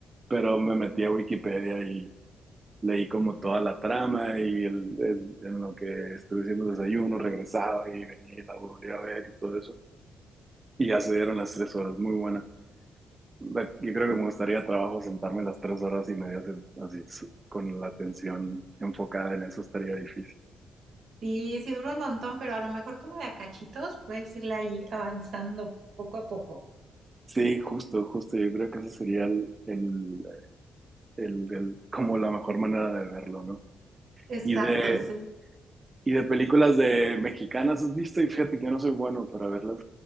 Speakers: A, on the right; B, on the right.
A: pero me metí a Wikipedia y leí como toda la trama y el, en, en lo que estuve haciendo desayuno, regresaba y venía y la volví a ver y todo eso. Y ya se dieron las tres horas, muy buena. La- Yo creo que me gustaría trabajo sentarme las tres horas y media así, así, con la atención enfocada en eso, estaría difícil.
B: Sí, sí dura un montón, pero a lo mejor como de a cachitos puedes irla ahí avanzando poco a poco.
A: Sí, justo, justo. Yo creo que eso sería el, el- el- el- como la mejor manera de verlo, ¿no?
B: Exacto,
A: Y de,
B: sí.
A: y de películas de mexicanas, ¿has visto? Y fíjate que yo no soy bueno para verlas.